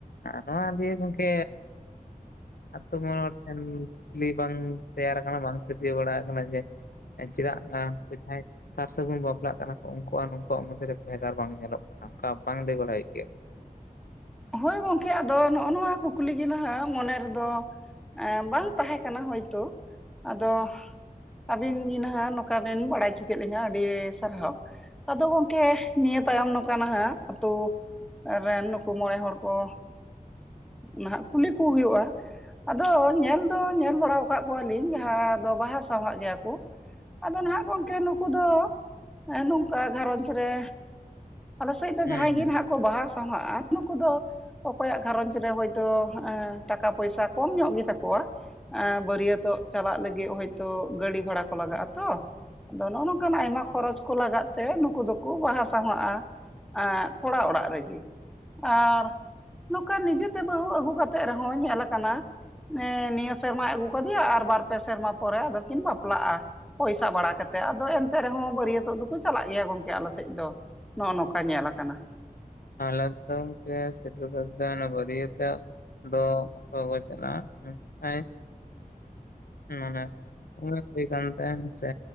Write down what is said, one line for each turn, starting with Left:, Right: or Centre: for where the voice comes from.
Left: ᱱᱚᱣᱟ ᱫᱤᱭᱮ ᱜᱚᱝᱠᱮ ᱟᱹᱛᱩᱳ ᱢᱚᱬᱮ ᱦᱚᱲ ᱴᱷᱮᱱ ᱠᱩᱠᱞᱤ ᱵᱟᱝ ᱛᱮᱭᱟᱨᱟ ᱟᱠᱟᱱᱟ ᱵᱟᱝ ᱥᱤᱨᱡᱟᱹᱣ ᱵᱟᱲᱟ ᱟᱠᱟᱱᱟ ᱡᱮ ᱪᱮᱫᱟᱜ-ᱟ <unintelligible> ᱥᱟᱨ ᱥᱟᱹᱜᱩᱱ ᱵᱟᱯᱞᱟᱜ ᱠᱟᱱᱟ ᱠᱚ ᱩᱱᱠᱩᱣᱟᱜ ᱱᱩᱠᱩᱣᱟᱜ ᱢᱚᱫᱽᱫᱮᱨᱮ ᱵᱷᱮᱜᱟᱨ ᱵᱟᱝ ᱧᱮᱞᱚᱜ ᱠᱟᱱᱟ ᱚᱱᱠᱟ ᱵᱟᱝ ᱞᱟᱹᱭ ᱵᱟᱲᱟᱭ ᱦᱩᱭᱩᱜ ᱜᱮᱭᱟ
Centre: ᱦᱳᱭ ᱜᱚᱝᱠᱮ ᱟᱫᱚ ᱱᱚᱜ-ᱚ ᱱᱚᱣᱟ ᱠᱩᱠᱞᱤ ᱜᱮ ᱱᱟᱦᱟᱜ ᱢᱚᱱᱮ ᱨᱮᱫᱚ ᱮ ᱵᱟᱝ ᱛᱟᱦᱮᱸ ᱠᱟᱱᱟ ᱦᱳᱭᱛᱳ ᱟᱫᱚ ᱟᱵᱤᱱ ᱜᱮ ᱱᱟᱦᱟᱜ ᱱᱚᱝᱠᱟ ᱵᱤᱱ ᱵᱟᱲᱟᱭ ᱦᱚᱪᱚ ᱠᱮᱫ ᱞᱤᱧᱟᱹ ᱟᱹᱰᱤ ᱥᱟᱨᱦᱟᱣ ᱟᱫᱚ ᱜᱚᱝᱠᱮ ᱱᱤᱭᱟᱹ ᱛᱟᱭᱚᱢ ᱱᱚᱝᱠᱟ ᱦᱟᱜ ᱟᱛᱳ ᱨᱮᱱ ᱱᱩᱠᱩ ᱢᱚᱬᱮ ᱦᱚᱲ ᱠᱚ ᱱᱟᱦᱟᱜ ᱠᱩᱞᱤ ᱠᱚ ᱦᱩᱭᱩᱜ-ᱟ ᱟᱫᱚ ᱧᱮᱞ ᱫᱚ ᱧᱮᱞ ᱵᱟᱲᱟ ᱟᱠᱟᱫ ᱠᱚᱣᱟᱞᱤᱧ ᱡᱟᱦᱟᱸ ᱫᱚ ᱵᱟᱦᱟ ᱥᱟᱦᱟᱜ ᱜᱮᱭᱟ ᱠᱚ ᱟᱫᱚ ᱱᱟᱦᱟᱜ ᱜᱚᱝᱠᱮ ᱱᱩᱠᱩ ᱫᱚ ᱱᱚᱝᱠᱟ ᱜᱷᱟᱨᱚᱡᱽ ᱨᱮ ᱟᱞᱮᱥᱮᱫ ᱫᱚ
Left: ᱦᱩᱸ
Centre: ᱡᱟᱦᱟᱸᱭ
Left: ᱦᱩᱸ
Centre: ᱜᱮ ᱱᱟᱦᱟᱜ ᱠᱚ ᱵᱟᱦᱟ ᱥᱟᱦᱟᱜ-ᱟ ᱱᱩᱠᱩ ᱫᱚ ᱚᱠᱚᱭᱟᱜ ᱜᱷᱟᱨᱚᱧᱡᱽ ᱨᱮ ᱦᱚᱭᱛᱳ ᱴᱟᱠᱟ ᱯᱚᱭᱥᱟ ᱠᱚᱢ ᱧᱚᱜ ᱜᱮᱛᱟᱠᱚᱣᱟ ᱵᱟᱹᱨᱭᱟᱹᱛᱚᱜ ᱪᱟᱞᱟᱜ ᱞᱟᱹᱜᱤᱫ ᱦᱳᱭᱛᱳ ᱜᱟᱹᱰᱤ ᱵᱷᱟᱲᱟ ᱠᱚ ᱞᱟᱜᱟᱜ ᱟᱛᱚ ᱟᱫᱚ ᱱᱚᱜ-ᱚ ᱱᱚᱝᱠᱟᱱ ᱟᱭᱢᱟ ᱠᱷᱚᱨᱚᱪ ᱠᱚ ᱞᱟᱜᱟᱜ ᱛᱮ ᱱᱩᱠᱩ ᱫᱚᱠᱚ ᱵᱟᱦᱟ ᱥᱟᱦᱟᱜ-ᱟ ᱠᱚᱲᱟ ᱚᱲᱟᱜ ᱨᱮᱜᱮ ᱟᱨ ᱱᱚᱝᱠᱟ ᱱᱤᱡᱮᱛᱮ ᱵᱟᱹᱦᱩ ᱟᱹᱜᱩ ᱠᱟᱛᱮᱜ ᱨᱮᱦᱚᱸ ᱧᱮᱞ ᱟᱠᱟᱱᱟ ᱱᱤᱭᱟᱹ ᱥᱮᱨᱢᱟᱭ ᱟᱹᱜᱩ ᱠᱟᱫᱮᱭᱟ ᱟᱨ ᱵᱟᱨ ᱯᱮ ᱥᱮᱨᱢᱟ ᱯᱚᱨᱮ ᱟᱫᱚᱠᱤᱱ ᱵᱟᱯᱞᱟᱜ-ᱟ ᱯᱚᱭᱥᱟ ᱵᱟᱲᱟ ᱠᱟᱛᱮᱫ ᱟᱫᱚ ᱮᱱᱛᱮ ᱨᱮᱦᱚᱸ ᱵᱟᱹᱨᱭᱟᱹᱛᱚᱜ ᱫᱚᱠᱚ ᱪᱟᱞᱟᱜ ᱜᱮᱭᱟ ᱜᱚᱝᱠᱮ ᱟᱞᱮ ᱥᱮᱫ ᱫᱚ ᱱᱚᱜ-ᱚ ᱱᱚᱝᱠᱟ ᱧᱮᱞ ᱟᱠᱟᱱᱟ
Left: ᱟᱞᱮ ᱫᱚ ᱜᱟᱝᱠᱮ <unintelligible> ᱵᱟᱹᱨᱭᱟᱹᱛᱚᱜ ᱫᱚ ᱚᱠᱚᱭᱠᱚ ᱪᱟᱞᱟᱜ-ᱟ ᱢᱮᱱᱠᱷᱟᱱ ᱮᱻᱜ ᱢᱟᱱᱮ ᱩᱢᱮᱨ ᱦᱩᱭ ᱠᱟᱱ ᱛᱟᱭ ᱦᱮᱸᱥᱮ